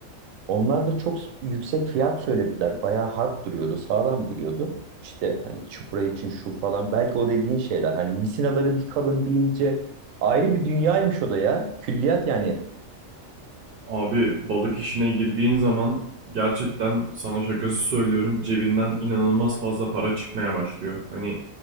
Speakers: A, on the right; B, on the right.
A: Onlar da çok yüksek fiyat söylediler. Bayağı hard duruyordu, sağlam duruyordu. İşte hani çupra için şu falan. Belki o dediğin şeyler. Hani misinaları bir kalın bir ince. Ayrı bir dünyaymış o da ya. Külliyat yani.
B: Abi balık işine girdiğin zaman gerçekten sana şakası söylüyorum cebinden inanılmaz fazla para çıkmaya başlıyor. Hani